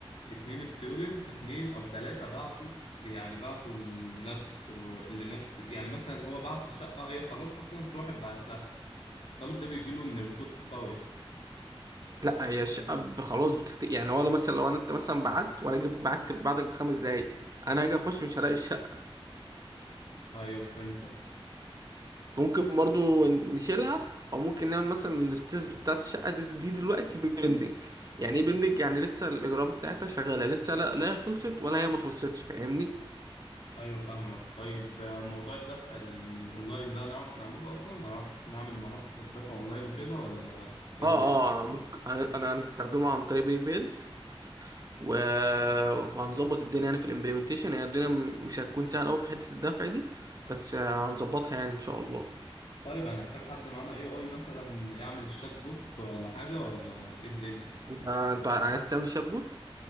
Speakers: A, on the left; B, on the right.
A: اتنين ستودنت اتنين او تلاتة بعتوا يعني بعتوا لنفس لنفس يعني مثلا هو بعت لشقة هي خلاص اصلا في واحد بعت لها الطالب ده بيجيله ان الريكوست بتاعه ايه؟
B: لا هي الشقه ب- خلاص بتخت... يعني هو لو مثلا لو انا انت مثلا بعت وانا جيت بعت بعدك بخمس دقايق انا هاجي اخش مش هلاقي الشقه
A: ايوه فهمتك
B: ممكن برضو نشيلها او ممكن نعمل مثلا الاستيز بتاعت الشقه دي, دي دلوقتي بيندنج يعني ايه بيندنج يعني لسه الاجراءات بتاعتها شغاله لسه لا لا هي خلصت ولا هي ما خلصتش فاهمني
A: ايوه فاهمك طيب آه، موضوع الدفع الاونلاين ده نعرف نعمله اصلا هنعرف نعمل منصة دفع اونلاين وكده ولا ايه
B: اه
A: الدنيا
B: اه ممكن انا أنا هنستخدمه عن طريق باي بيل و... وهنظبط الدنيا يعني في الامبلمنتيشن يعني الدنيا م- مش هتكون سهله قوي في حته الدفع دي بس آه، هنظبطها يعني ان شاء الله
A: طيب هنحتاج حد معانا اي اي مثلا يعمل الشات بوت ولا حاجة ولا ايه الدنيا
B: انت انت عايز تعمل شبوت